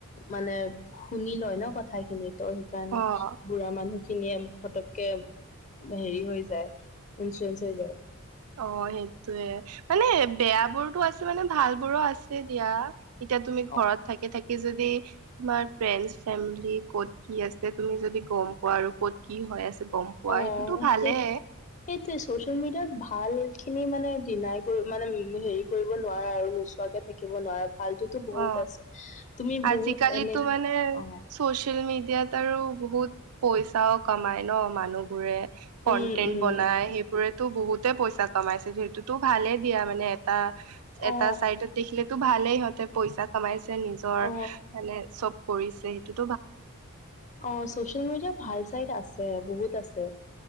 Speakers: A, on the left; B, on the right.
A: মানে। শুনি লয় ন কথা খিনি ত' সেইকাৰণে
B: অ
A: বুঢ়া মানুহ খিনিয়ে পটককে। হেৰি হৈ যায় ইঞ্চৰেচ হৈ যায়।
B: অ সেইটোয়ে মানে বেয়া বোৰতো আছে মানে ভাল বোৰো আছে দিয়া। এতিয়া তুমি ঘৰত
A: অ
B: থাকি থাকি থাকি যদি তোমাৰ ফ্ৰেণ্ড ফেমিলি ক'ত কি আছে তুমি যদি গম পোৱা আৰু ক'ত কি হয় আছে গম পোৱা
A: অ
B: সেইটোতো ভালে
A: সেই সেইটোয়ে চচিয়েল মিডিয়াত ভাল। ভাল খিনি মানে ডিনাই কৰি মানে হেৰি কৰিব নোৱাৰা আৰু নোচোৱাকে থাকিব নোৱাৰা। ভালতোতো বহুত
B: অ
A: আছে তুমি
B: আজি
A: বহুত
B: কালিতো
A: এনে
B: মানে
A: অ
B: চচিয়েল মিডিয়াত আৰু বহুত পইচাও কমাই ন মানুহবোৰে, কন্টেন্ট
A: উম উম
B: বনাই সেইবোৰেতো বহুতে পইচা পা কমাইছে সেইটো তো ভালে দিয়া মানে এটা এটা
A: অ
B: চাইডত দেখিলেত তো ভালে সিহঁতে পইচা কমাইছে নিজৰ
A: অ
B: মানে চব কৰিছে সেইটো
A: অ চচিয়েল মিডিয়া ভাল চাইড আছে। বহুত আছে